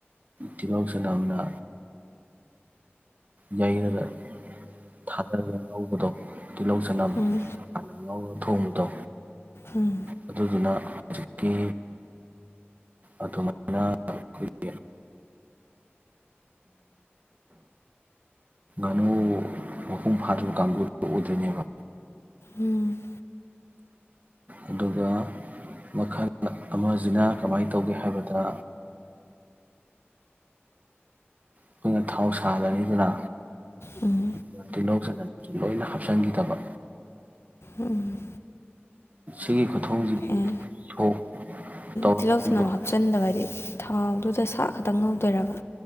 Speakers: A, on the right; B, on the left.
A: ꯇꯤꯜꯍꯧ ꯆꯅꯝꯅ ꯌꯩꯔꯒ ꯊꯥꯗꯔꯒ ꯉꯧꯕꯗꯣ ꯇꯤꯂꯧ ꯆꯅꯝ
B: ꯎꯝ
A: ꯍꯥꯅ ꯉꯧꯔꯅꯤ ꯊꯣꯡꯕꯗꯣ
B: ꯎꯝ
A: ꯑꯗꯨꯗꯨꯅ ꯍꯧꯖꯤꯛꯀꯤ ꯑꯗꯨꯃꯥꯏꯅ ꯑꯩꯈꯣꯏꯒꯤ ꯉꯥꯅꯨ ꯃꯄꯨꯡ ꯐꯥꯗꯔꯤꯕ ꯀꯥꯡꯒꯨꯗꯨ ꯑꯣꯏꯗꯣꯏꯅꯦꯕ
B: ꯎꯝ
A: ꯑꯗꯨꯒ ꯃꯈꯜ ꯑꯃꯖꯤꯅ ꯀꯃꯥꯏꯅ ꯇꯧꯒꯦ ꯍꯥꯏꯕꯗ ꯑꯈꯣꯏꯅ ꯊꯥꯎ ꯁ ꯁꯥꯔꯅꯤꯗꯅ
B: ꯎꯝ
A: ꯗꯨꯒ ꯇꯤꯜꯍꯧ ꯆꯅꯝ ꯂꯣꯢꯅ ꯍꯥꯞꯆꯟꯒꯤꯗꯕ
B: ꯎꯝ
A: ꯁꯤꯒꯤ ꯈꯨꯊꯣꯡꯖꯤꯗꯤ
B: ꯑꯦ
A: ꯊꯣꯡ ꯇꯧꯔ
B: ꯇꯤꯜꯍꯧ
A: ꯊꯣꯡꯕ
B: ꯆꯅꯝ
A: ꯍꯥꯏ
B: ꯍꯥꯞꯆꯤꯟꯗꯕ ꯍꯥꯏꯗꯤ ꯊꯥꯎꯗꯨꯗ ꯁꯥ ꯈꯛꯇꯪ ꯉꯧꯗꯣꯏꯔꯕ